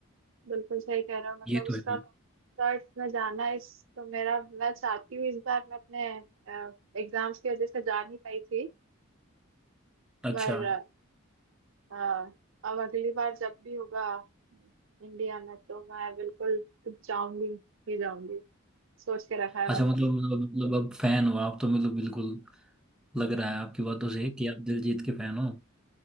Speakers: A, on the right; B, in the centre.
A: बिल्कुल सही कह रहा हूँ मतलब
B: ये
A: उसका
B: तो है ही।
A: कंसर्ट में जाना इस तो मेरा मैं चाहती हूँ इस बार मैं अपने एग्जाम्स की वजह से जा नहीं पाई थी
B: अच्छा
A: पर अ, अब अगली बार जब भी होगा इंडिया में तो मैं बिल्कुल जाऊंगी ही जाऊंगी सोच के रखा है
B: अच्छा
A: मैंने
B: मतलब मतलब मतलब अब फैन हो आप तो मतलब बिल्कुल लग रहा है आपकी बातों से कि आप दिलजीत के फैन हो